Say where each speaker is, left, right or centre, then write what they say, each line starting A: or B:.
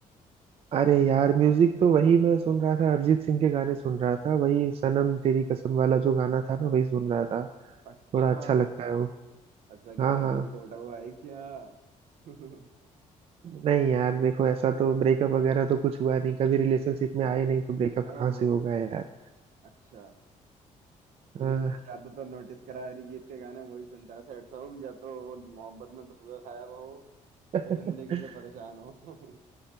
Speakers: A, on the right; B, on the right.
A: अरे यार म्यूजिक तो वही मैं सुन रहा था अरिजीत सिंह के गाने सुन रहा था वही सनम तेरी कसम वाला जो गाना था ना वही सुन रहा था
B: अच्छा
A: थोड़ा अच्छा लगता है वो
B: अच्छा क्या
A: हाँ
B: भाई
A: हाँ
B: दिल टूटा हुआ है क्या <laughs>
A: नहीं यार देखो ऐसा तो ब्रेकअप वगैरह तो कुछ हुआ नहीं कभी रिलेशनशिप में आए नहीं तो ब्रेकअप
B: ओहो
A: कहाँ से होगा यार
B: अच्छा क्योंकि
A: हाँ
B: मैंने ज्यादातर नोटिस करा है, अरिजीत के गाने वही सुनता है सैड सॉन्ग या तो वो मोहब्बत में धोखा खाया हुआ हो
A: <laughs>
B: या जिंदगी से परेशान हो <laughs>